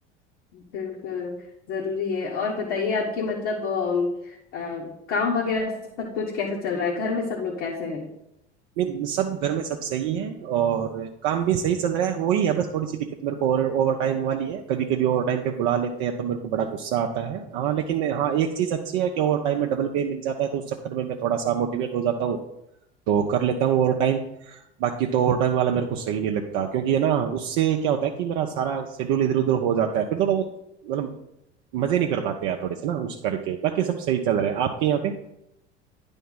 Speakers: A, on the left (about 50°); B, on the right (about 50°).
A: बिल्कुल जरूरी है और बताइए आपकी मतलब अम, अ, काम वगैरह सब कुछ कैसा चल रहा है घर में सब लोग कैसे
B: नहीं सब घर में सब सही है और काम भी सही चल रहा है वही है बस थोड़ी सी दिक्कत मेरे को ओवर ओवर टाइम वाली है कभी कभी ओवर टाइम पे बुला लेते हैं तो मेरे को बड़ा गुस्सा आता है हाँ लेकिन हाँ एक चीज अच्छी है कि ओवर टाइम में डबल पे मिल जाता है तो उस चक्कर में मैं थोड़ा सा मोटिवेट हो जाता हूँ तो कर लेता हूँ ओवर टाइम बाकी तो ओवर टाइम वाला मेरे को सही नहीं लगता क्योंकि है ना उससे क्या होता है कि मेरा सारा शेड्यूल इधर उधर हो जाता है फिर थोड़ा वो मतलब मजे नहीं कर पाते यार थोड़े से ना उस करके बाकी सब सही चल रहा है आपके यहाँ पे